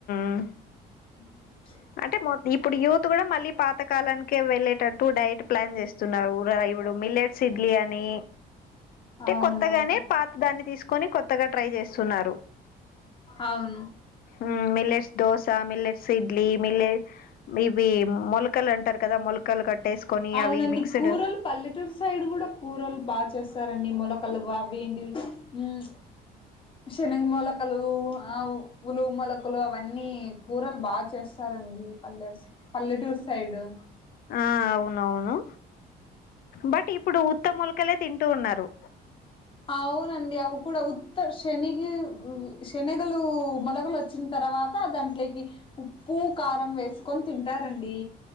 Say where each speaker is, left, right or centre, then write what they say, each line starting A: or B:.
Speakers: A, on the left; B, on the left.
A: ఆ
B: ఉమ్
A: అంటే మొ ఇప్పుడు యూత్ కూడ మళ్ళీ పాతకాలానికి వెళ్ళేటట్టు డైట్ ప్లాన్ జెస్ స్తున్నారు ర మిల్లెట్స్ ఇడ్లీ అని టే
B: అవునవును
A: కొత్తగానె పాత్ దాన్ని తీసుకొని కొత్తగా ట్రై జేస్తున్నారు
B: అవును
A: ఊ మిలెట్స్ దోసా మిలెట్స్ సిద్ ప్లీ మిల్లే ఇవి మొలకలు అంటారు కద మొల కలు కట్టేసుకొని
B: అవునండి
A: అవి మిక్స్డ్
B: కూరలు పల్లెటూరు సైడు కూడా కూరలు బాగా చేస్తారండి మొలకలు బా అవి ఏంటివి ఊమ్ శనగ మొలకలు ఆవ్ ఉలు మొలకలు అవన్నీ కూరలు బాగా చేస్తారండి పల్లెర్స్ పల్లెటూర్ సైడు
A: ఆ అవునవును బట్ ఇప్పుడు ఉత్త మొలకలే తింటూ ఉన్నారు
B: అవునండి అవు కూడా ఉత్తర్ష శనిగి శనగలు మొలగలు వచ్చిన తర్వాత దాంట్లేకి ఉప్పు కారం వేసుకొని తింటారండి